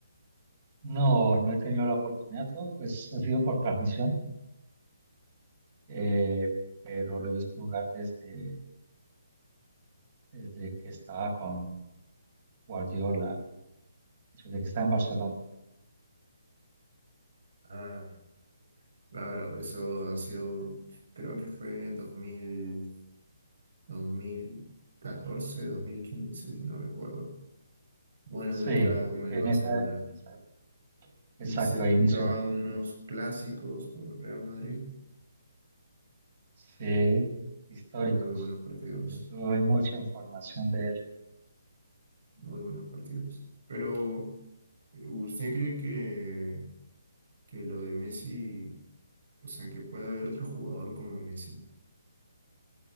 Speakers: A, on the right; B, on the right.
A: No, no he tenido la oportunidad, todo pues ha sido por transmisión, eh, pero lo he visto jugar desde, desde que estaba con Guardiola, desde que estaba en Barcelona.
B: Ah, Claro, eso ha sido, creo que fue dos dos mil dos mil catorce dos mil quince si no recuerdo. Buena
A: Sí,
B: temporada con el
A: en
B: Barcelona.
A: esa, en esa- exacto,
B: Y se
A: ahí
B: disputaban
A: inició prácticamente.
B: unos clásicos con el Real Madrid.
A: Sí, históricos.
B: Muy buenos partidos,
A: En YouTube hay mucha información de él.
B: muy buenos partidos. Pero, ¿usted cree que, que lo de Messi, o sea, que pueda haber otro jugador como Messi?